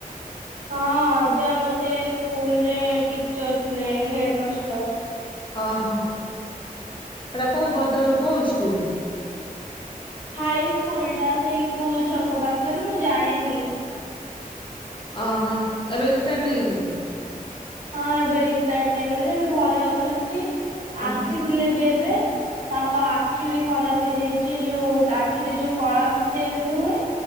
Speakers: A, on the right; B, on the left.
A: ହଁ ଅଜା ଗୋଟେ ସ୍କୁଲରେ ଟିଚର ଥିଲେ ହେଡ ମାଷ୍ଟର
B: ଓ ହୋ ଏଟା କଉ ଭଦ୍ରକ କୋଉ ସ୍କୁଲ
A: ହାଇ ସ୍କୁଲ ଟା ସେଇ ଟୁଲ ଛକ ପାଖରେ ମୁଁ ଜାଣିନି
B: ଓହୋ ଏବେ ରିଟିଆଡ ନେଇଗଲେଣିି
A: ହଁ ଏବେ ରିକଟାର୍ଡ ନେଇ ଗଲେଣି ଏବେ ଘରେ ଅଛନ୍ତି ଆସିଥିଲେ
B: ଓହୋ
A: ବି ଏବେ ତାଙ୍କ ଆଖି ବି ଖରାପ ହେଇଯାଇଚି ଯୋଉ ଆଖିରେ ଯୋଉ କଳା ମ ମୋତିଆ ବିିନ୍ଦୁ ହୁଏ